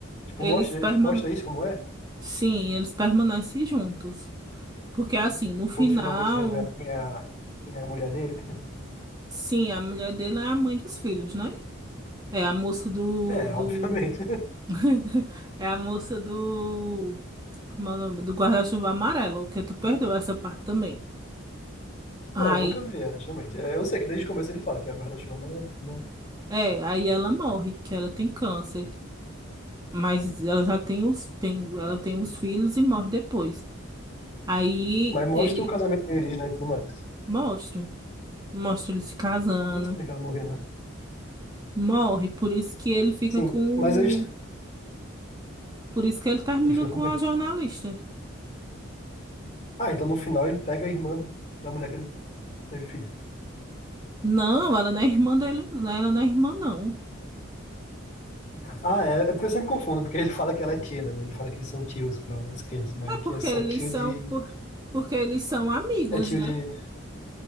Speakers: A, on the left; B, on the right.
A: Tipo,
B: eles
A: mostra,
B: permane
A: mostra isso como é,
B: sim, eles permanecem juntos. Porque assim, no final,
A: quando finalmente revela quem é a, quem é a mulher dele. <laughs>
B: sim, a mulher dele é a mãe dos filhos, né? É a moça do,
A: É,
B: do...
A: obviamente.
B: <laughs> É a moça do Como é o nome? Do guarda-chuva amarelo, que tu perdeu essa parte também.
A: <laughs>
B: Aí,
A: Não, eu nunca vi, é, justamente. É, eu sei que desde o começo ele fala que a guarda-chuva é maravilhosa, mas,
B: é, aí ela morre, que ela tem câncer. Mas ela já tem os, tem, ela tem os filhos e morre depois. Aí
A: mas mostra
B: ele
A: o casamento deles, né, e tudo mais.
B: mostra, mostra ele se casando,
A: Eu não sabia que ela morreu, né?
B: morre, por isso que ele fica
A: Sim,
B: com,
A: mas aí <laughs>
B: por isso que ele termina
A: ele fica
B: com
A: com quem?
B: a jornalista.
A: Ah, então no final ele pega a irmã da mulher que ele teve filho.
B: Não, ela não é irmã dele, não, ela não é irmã não.
A: Ah, é, é porque eu sempre confundo, porque ele fala que ela é tia, né? Ele fala que eles são tios para as crianças, mas
B: É
A: aqui
B: porque
A: é só
B: eles
A: tio
B: são,
A: de...
B: por, porque eles são amigos,
A: É tio
B: né?
A: de...